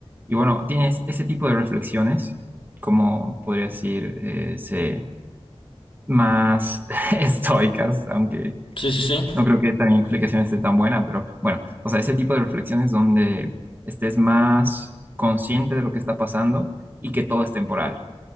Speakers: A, on the right; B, on the left.
A: Y bueno, tienes ese tipo de reflexiones, como podría decir, eh, se- más <laughs> estoicas, aunque
B: Sí, sí, sí.
A: no creo que esta mi explicación esté tan buena, pero bueno, o sea, ese tipo de reflexiones donde estés más consciente de lo que está pasando y que todo es temporal.